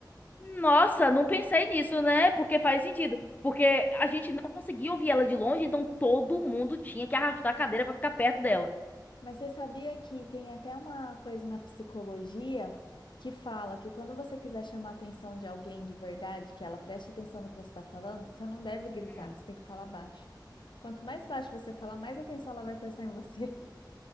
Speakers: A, on the left; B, on the left.
A: Nossa, não pensei nisso, né? Porque faz sentido. Porque a gente não conseguia ouvir ela de longe, então todo mundo tinha que arrastar a cadeira pra ficar perto dela.
B: Mas você sabia que tem até uma coisa na psicologia que fala que quando você quiser chamar a atenção de alguém de verdade, que ela preste atenção no que você está falando, você não deve gritar,
A: Hum.
B: você tem que falar baixo. Quanto mais baixo você falar, mais atenção ela vai prestar em você.